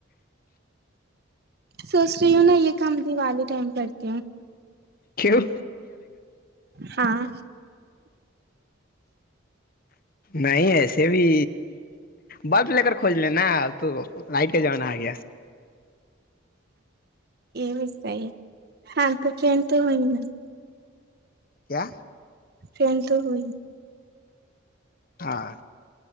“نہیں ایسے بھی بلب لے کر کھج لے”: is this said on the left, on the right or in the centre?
Left